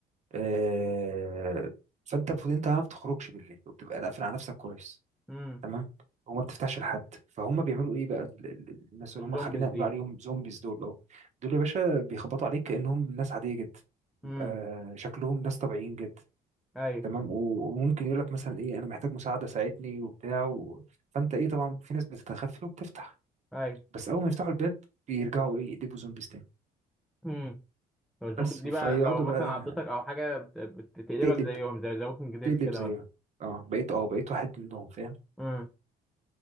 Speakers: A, on the right; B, in the centre.
A: آه فانت المفروض انت ما بتخرجش بالليل وبتبقى قافل على نفسك كويس
B: مم.
A: تمام وما بتفتحش لحد فهم بيعملوا ايه بقى ال- ال- ال- الناس اللي
B: الزومبيز
A: هم خلينا
B: دي
A: نقول عليهم زومبيز دول اه دول يا باشا بيخبطوا عليك كانهم ناس عاديه جدا
B: مم.
A: بيبقى شكلهم ناس طبيعيين جدا
B: ايوه
A: تمام و- وممكن يقول لك مثلا ايه انا محتاج مساعده ساعدني وبتاع و... فانت ايه طبعا في ناس بتتغفل وبتفتح
B: ايوه
A: بس اول ما يفتحوا الباب بيرجعوا ايه يقلبوا زومبيز تاني
B: امم لو الزومبي
A: بس
B: دي
A: فيقعدوا
B: بقى لو مثلا
A: بقى
B: عضتك او حاجه بت- بتقلبك
A: تقلب
B: زيهم زي ذا ووكينج ديد
A: تقلب
B: كده
A: زيه
B: مثلا
A: اه بقيت اه بقيت واحد منهم فاهم
B: امم